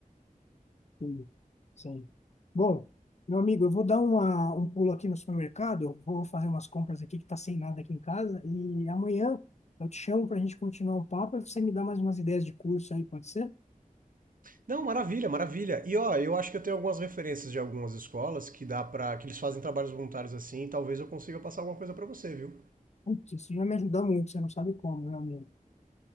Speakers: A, on the left; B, on the right.
A: Sim. Sim. Bom, meu amigo, eu vou dar uma, um pulo aqui no supermercado, vou fazer umas compras aqui que tá sem nada aqui em casa, e amanhã eu te chamo para a gente continuar o papo e você me dá mais umas ideias de curso aí, pode ser?
B: Não, maravilha, maravilha. E ó, eu acho que eu tenho algumas referências de algumas escolas que dá para que eles fazem trabalhos voluntários assim, e talvez eu consiga passar alguma coisa para você, viu?
A: Putz, isso vai me ajudar muito, você não sabe como, meu amigo.